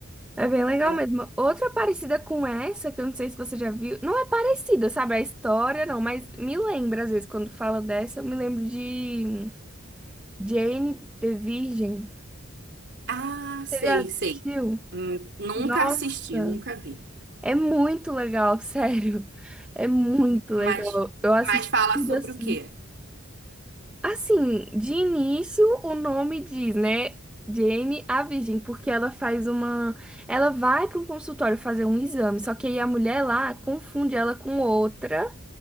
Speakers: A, in the centre; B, on the right (about 55°).
A: É bem legal
B: É.
A: mesmo. Outra parecida com essa, que eu não sei se você já viu. Não é parecida, sabe? A história, não, mas me lembra, às vezes, quando fala dessa, eu me lembro de Jane the Virgin.
B: Ah, sei,
A: Você já assistiu?
B: sei. Hum, nunca
A: Nossa,
B: assisti, nunca vi.
A: é muito legal, <laughs> sério. É muito legal.
B: Mas,
A: Eu assisti
B: mas fala
A: tudo
B: sobre
A: assim.
B: o quê?
A: Assim, de início o nome diz, né? Jane a Virgem, porque ela faz uma. Ela vai para um consultório fazer um exame, só que aí a mulher lá confunde ela com outra